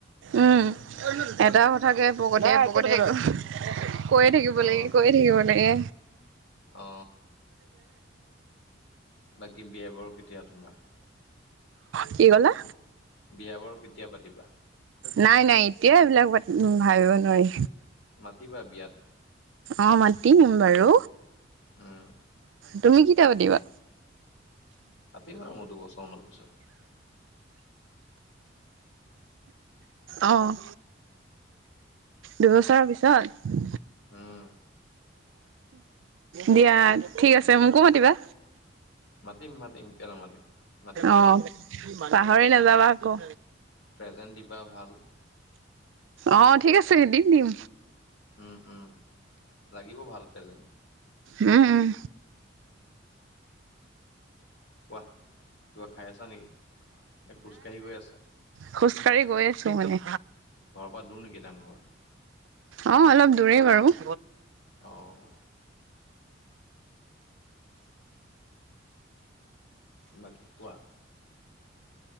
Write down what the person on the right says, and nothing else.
উম এটা কথাকে পকতিযায় পকতিযায় কৈয়ে থাকিব
লাগে কৈয়ে থাকিব লাগে।
কি কলা।
নাই নাই এতিয়া এইবিলাক ভাবিব নোৱাৰি।
অ' মাতিম বাৰু।
তুমি কেতিয়া পাতিবা।
অ'। দুবছৰৰ পিছত
দিয়া ঠিক আছে মোকো মাতিবা।
অ।
পাহৰি নাযাবা আকৌ।
অ ঠিক আছে দি দিম।
উম উম।
খোজ কাঢ়ি গৈ আছো মানে।
অ' অলপ দূৰেই বাৰু। <inaudible>